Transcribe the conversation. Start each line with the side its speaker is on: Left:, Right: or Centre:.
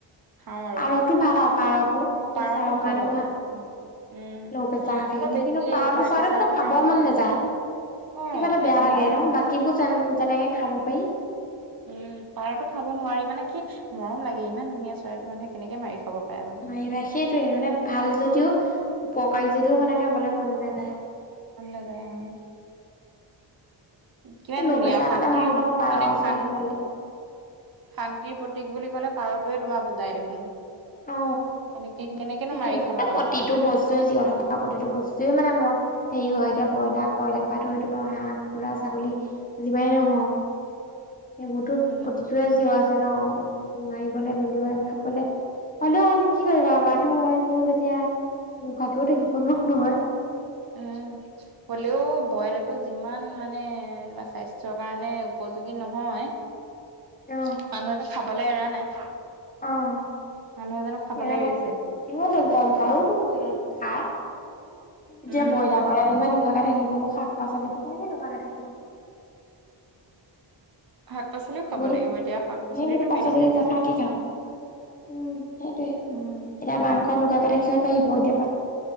Right: খাও আৰু
Left: পাৰতো ভাল আৰু পাৰতো
Right: অ'
Left: প্ৰেছাৰৰ
Right: পাৰতো ভাল
Left: কাৰণেও
Right: বাৰো উম,
Left: ল' প্ৰেছাৰ হৈ থাকিলে
Right: আকৌ বেছি
Left: কিন্তু
Right: হাই
Left: পাৰতো চোৱাটো
Right: প্ৰেছৰ
Left: কিবা
Right: থকা
Left: খাব
Right: মানুহ
Left: মন নাযায়
Right: অ
Left: কিবা এটা বেয়া
Right: এই
Left: লাগে
Right: মৰম
Left: ন, বাকীবোৰ যেন- যেনেকে খাব পাৰি
Right: উম, পাৰতো খাব নোৱাৰি মানে কি মৰম লাগে ইমান ধুনীয়া চৰাইটো মানুহে কেনেকে মাৰি খাব পাৰে বাৰু।
Left: মাৰিবা সেইটোয়ে মানে ভাল যদিও উপকাৰী যদিও মানে খাবলৈ মন নাযায়।
Right: মন নাযায় অ। কিমান
Left: ল'
Right: ধুনীয়া
Left: প্ৰেছাৰ
Right: অ' শান্তিত
Left: কাৰণে ভাল ন পাৰ
Right: মানে শান
Left: চা কলডিল
Right: শান্তিৰ প্ৰতীক বুলি ক'লে পাৰটোৱে তোমাৰ বুজাই দেখোন।
Left: অ
Right: এনেকে কেনেকেনো
Left: সেইটোয়ে
Right: মাৰি খাবা
Left: এই
Right: বাৰু
Left: প্ৰতিটো
Right: কোৱাচোন?
Left: বস্তুৱে জীয়াই আৰু প্ৰতিটো বস্তুৱে মানে মোৰ হেৰি হয়, এতিয়া ব্ৰইলাৰ, কইলাৰ পৰা ধৰিতো মই হাঁহ, কুকুৰা, ছাগলী যিমানেই নহওঁক সেইবোৰতো
Right: উম
Left: প্ৰতিটোৰে জিয় আছে ন, মাৰিবলৈ, মিলিবলৈ, খাবলে। হ'লেও কি কৰিবা, মানুহ হৈছোঁ যেতিয়া নোখোৱাকেও থাকিব নোৱাৰো নহয়।
Right: উম। হ'লেও বইলাৰটো যিমান মানে তোমাৰ স্বাস্থ্যৰ কাৰণে উপযোগী নহয়।
Left: অ',
Right: মানুহেতো খাবলৈ এৰা নাই।
Left: অঁ,
Right: মানুহে জানো খাবলৈ
Left: এৰা
Right: এৰিছে
Left: নাই। <unintelligible> খাই, এতিয়া
Right: উম
Left: বইলাৰ কইলা যেনিবা নো নোখোৱাকে থাকিব, শাক-পাচলিবোৰ কেনেকে নোখোৱাকে থাকিব।
Right: শাক-পাচলিও
Left: সেইবোৰতো
Right: খাব লাগিব এতিয়া, শাক-পাচলিতটো
Left: সেইবোৰতো পাচলি
Right: মেদিচিন দিছে।
Left: নাখাই কি খাব উম, সেইটোৱে,
Right: উম
Left: এতিয়া মাংস নোখোৱাকে থাকিব পাৰিব, এতিয়া